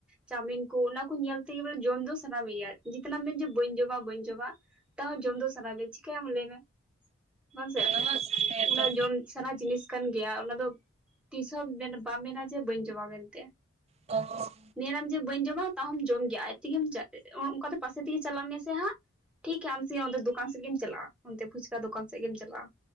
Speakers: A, in the centre; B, on the right.
A: ᱪᱟᱣᱢᱤᱱ ᱠᱚ ᱚᱱᱟ ᱠᱚ ᱧᱮᱞ ᱛᱮ ᱜᱮ ᱵᱚᱞᱮ ᱡᱚᱢ ᱫᱚ ᱥᱟᱱᱟ ᱢᱮᱭᱟ᱾ ᱡᱮᱛᱱᱟᱢ ᱢᱮᱱ ᱡᱮ ᱵᱟᱹᱧ ᱡᱚᱢᱟ ᱵᱟᱹᱧ ᱡᱚᱢᱟ᱾ ᱛᱟᱣ ᱦᱚᱸ ᱡᱚᱢ ᱫᱚ ᱥᱟᱱᱟ ᱜᱮᱭᱟ ᱪᱤᱠᱟᱹᱭᱟᱢ ᱞᱟᱹᱭ ᱢᱮ ᱾ ᱵᱟᱝ ᱥᱮ?
B: ᱚᱱᱟ ᱢᱟ ᱦᱮᱸ
A: ᱚᱱᱟ
B: ᱛᱚ
A: ᱡᱚᱢ ᱥᱟᱱᱟ ᱡᱤᱱᱤᱥ ᱠᱟᱱ ᱜᱮᱭᱟ ᱾ ᱚᱱᱟ ᱫᱚ ᱛᱤᱥ ᱦᱚᱸ ᱵᱟᱢ ᱢᱮᱱᱟ ᱡᱮ ᱵᱟᱹᱧ ᱡᱚᱢᱟ ᱢᱮᱱᱛᱮ᱾
B: ᱚᱸ
A: ᱢᱮᱱᱟᱢ ᱡᱮ ᱵᱟᱹᱧ ᱡᱚᱢᱟ᱾ ᱛᱟ ᱦᱚᱸᱢ ᱡᱚᱢ ᱜᱮᱭᱟ ᱟᱡ ᱛᱮᱜᱮᱢ ᱪᱟᱜ, ᱚᱱᱠᱟ ᱛᱮ ᱯᱟᱥᱮ ᱛᱮ ᱜᱮ ᱪᱟᱞᱟᱜ ᱢᱮᱥᱮ ᱦᱟᱸᱜ᱾ ᱴᱷᱤᱠ ᱜᱮ ᱦᱟᱸᱜ ᱟᱢ ᱥᱮᱭ ᱚᱱᱰᱮ ᱫᱳᱠᱟᱱ ᱥᱮᱫ ᱜᱮᱢ ᱪᱟᱞᱟᱜᱼᱟ᱾ ᱚᱱᱛᱮ ᱯᱷᱩᱪᱠᱟ ᱫᱚᱠᱟᱱ ᱥᱮᱜ ᱜᱮᱢ ᱪᱟᱞᱟᱜᱼᱟ᱾